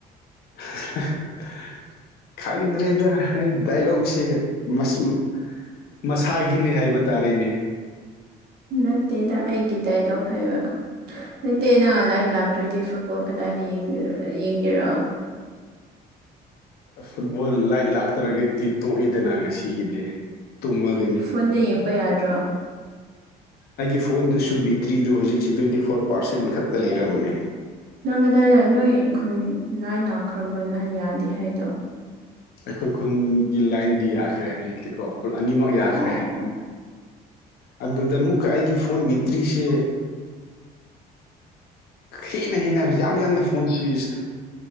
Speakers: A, on the left (about 70°); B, on the right (about 70°).
A: <inaudible> ꯈꯪꯗ꯭ꯔꯦꯗ ꯑꯩ ꯗꯥꯏꯂꯣꯛꯁꯦ ꯃꯁꯨꯝ ꯃꯁꯥꯒꯤꯅꯦ ꯍꯥꯏꯕ ꯇꯥꯔꯦꯅꯦ
B: ꯅꯠꯇꯦꯗ ꯑꯩꯒꯤ ꯗꯥꯏꯂꯣꯛ ꯍꯥꯏꯕ ꯅꯠꯇꯦꯅ ꯂꯥꯏꯠ ꯂꯥꯛꯇ꯭ꯔꯗꯤ ꯐꯨꯠꯕꯣꯜ ꯀꯗꯥꯏꯗ ꯌꯦꯡꯒꯦ ꯌꯦꯡꯒꯦꯔꯣ
A: ꯐꯨꯠꯕꯣꯜ ꯂꯥꯏꯠ ꯂꯥꯛꯇ꯭ꯔꯒꯗꯤ ꯇꯣꯛꯑꯦꯗꯅ ꯉꯁꯤꯒꯤꯗꯤ ꯇꯨꯝꯃꯒꯅꯤ
B: ꯐꯣꯟꯗ ꯌꯦꯡꯕ ꯌꯥꯗ꯭ꯔꯣ
A: ꯑꯩꯒꯤ ꯐꯣꯟꯗꯨꯁꯨ ꯕꯤꯇ꯭ꯔꯤꯗꯨ ꯍꯧꯖꯤꯛꯁꯦ ꯇ꯭ꯋꯦꯟꯇꯤ ꯐꯣꯔ ꯄꯥꯔꯁꯦꯟ ꯈꯛꯇ ꯂꯩꯔꯕꯅꯦ
B: ꯅꯪ ꯀꯗꯥꯏꯗ ꯅꯣꯏ ꯈꯨꯟ ꯂꯥꯏ ꯂꯥꯛꯈ꯭ꯔꯕ꯭ꯔꯣ ꯅꯍꯥꯟ ꯌꯥꯗꯦ ꯍꯥꯏꯗꯣ
A: ꯑꯩꯈꯣꯏ ꯈꯨꯟꯒꯤ ꯂꯥꯏꯟꯗꯤ ꯌꯥꯈ꯭ꯔꯦ ꯍꯧꯖꯤꯛꯇꯤꯀꯣ ꯄꯜ ꯑꯅꯤꯃꯛ ꯌꯥꯈ꯭ꯔꯦ
B: ꯑꯣ
A: ꯑꯗꯨꯗ ꯑꯃꯨꯛꯀ ꯑꯩꯒꯤ ꯐꯣꯟ ꯕꯤꯇ꯭ꯔꯤꯁꯦ ꯍꯦꯟꯅ ꯍꯦꯟꯅ ꯌꯥꯝ ꯌꯥꯝꯅ ꯐꯣꯟ ꯁꯤꯁ